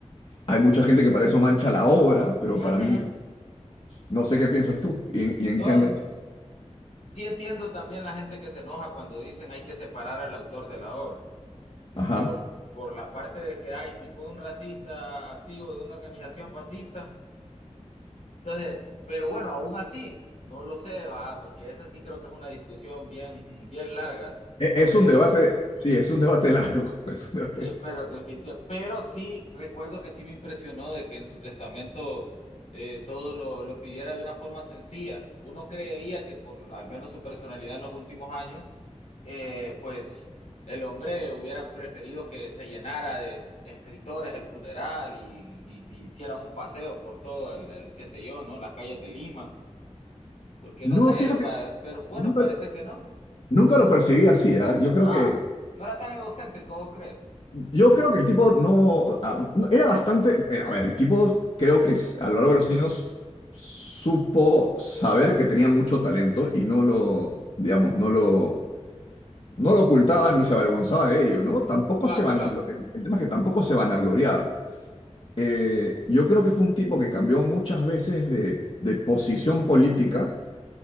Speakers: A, on the left (about 50°); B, on the left (about 75°).
A: hay mucha gente que para eso mancha la obra, pero
B: Ujú.
A: para mí, no sé qué piensas tú y en, y
B: No,
A: en qué andas.
B: sí entiendo también la gente que se enoja cuando dicen hay que separar al autor de la obra.
A: Ajá.
B: Por, por la parte de que, ay, si fue un racista activo de una organización fascista. Entonces, pero bueno, aún así, no lo sé, ah, porque esa sí creo que es una discusión bien, bien larga
A: E-
B: sobre
A: Es un debate, sí, es un debate largo, <laughs> es un debate
B: Sí,
A: largo.
B: pero definitivamente. Pero sí, recuerdo que sí me impresionó de que en su testamento eh, todo lo, lo pidiera de una forma sencilla. Uno creería que por al menos su personalidad en los últimos años, eh, pues el hombre hubiera preferido que se llenara de escritores el funeral y, y, y hiciera un paseo por todo el, el, qué sé yo, ¿no? Las calles de Lima. Porque
A: No,
B: no sé,
A: fíjate,
B: pa- pero bueno,
A: nunca,
B: parece que no.
A: nunca lo percibí así, ¿ah? Yo creo
B: Ah,
A: que...
B: no era tan egocéntrico, ¿vos crees?
A: Yo creo que el tipo no, ah, no- era bastante, eh, a ver, el tipo creo que s- a lo largo de los años supo saber que tenía mucho talento y no lo, digamos, no lo, no lo ocultaba ni se avergonzaba de ello, ¿no? Tampoco
B: Claro,
A: se vanaglo-
B: claro.
A: el, el tema es que tampoco se vanagloriaba. Eh, yo creo que fue un tipo que cambió muchas veces de, de posición política,